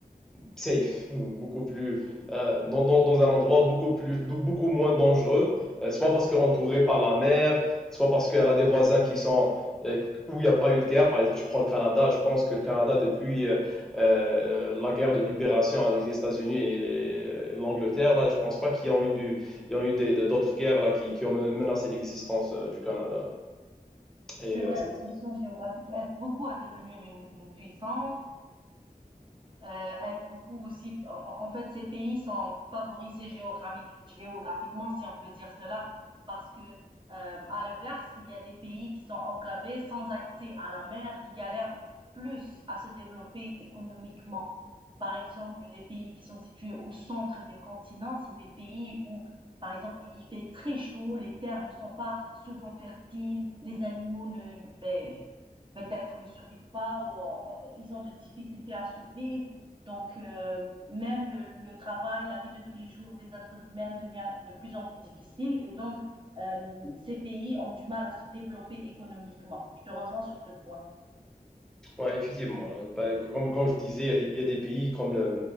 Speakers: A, in the centre; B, on the right (about 35°).
A: safe ou beaucoup plus euh, dans, dans- dans un endroit beaucoup plus beaucoup moins dangereux, euh, soit parce qu'elle est entourée par la mer, soit parce qu'elle a des voisins qui sont euh, où il n'y a pas eu de guerre. Par exemple, tu prends le Canada, je pense que le Canada depuis euh, euh, la guerre de libération avec les États-Unis et, et l'Angleterre, là, je pense pas qu'il y a eu, du, il y a eu des- d'autres guerres là, qui, qui ont menacé l'existence euh, du Canada. Et
B: C'est vrai,
A: euh, c'est
B: la position géographique aide beaucoup à devenir une, une puissance. euh, aide beaucoup aussi. En, en fait, ces pays sont favorisés géographiquement, si on peut dire cela, parce que euh, à l'inverse, il y a des pays qui sont enclavés, sans accès à la mer, qui galèrent plus à se développer économiquement. Par exemple, les pays qui sont situés au centre des continents, c'est des pays où, par exemple, il y fait très chaud, les terres ne sont pas souvent fertiles, les animaux ne, ben, peut-être ne survivent pas ou en- en- ils ont des difficultés à survivre donc, euh, même le, le, travail, la vie de tous les jours des êtres humains devient de plus en plus difficile et donc euh, ces pays ont du mal à se développer économiquement. Je te rejoins sur ce point.
A: Ouais, effectivement. Euh, bah, Comme, comme je disais, il y a des pays comme le-